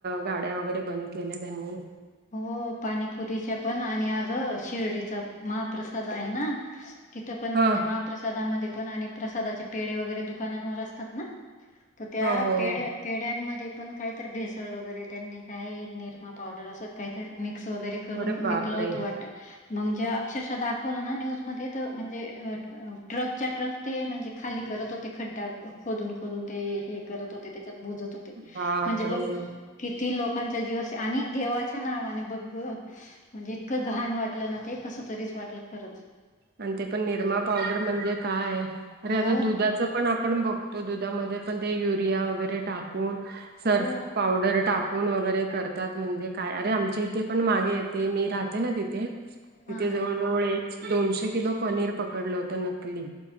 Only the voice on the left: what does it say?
हो पाणीपुरीच्या पण आणि अग शिर्डीचा महाप्रसाद आहे ना
तिथं पण
म्हणजे महाप्रसादामध्ये पण आणि प्रसादाचे पेढे वगैरे दुकानांनवर असतात ना तर त्या
पेढ्यात
पेढ्यांमध्ये पण काही तर भेसळ वगैरे त्यांनी काही निरमा पावडर असं ते. काही तरी मिक्स वगैरे करून
विकलं होतं वाटतं. मग जेव्हा अक्षरशः दाखवलं ना न्यूज मध्ये तर म्हणजे अ अ ट्रकच्या ट्रक- ते म्हणजे खाली करत होते खड्डा खोदून खोदून ते हे करत होते त्याच्यात बुजत हो ते
म्हणजे बघ किती लोकांच्या जीवाशी आणि देवाच्या नावाने बघ ग म्हणजे इतकं घाण वाटलं ना ते कस तरीच वाटलं खरंच.
हो
हो
हा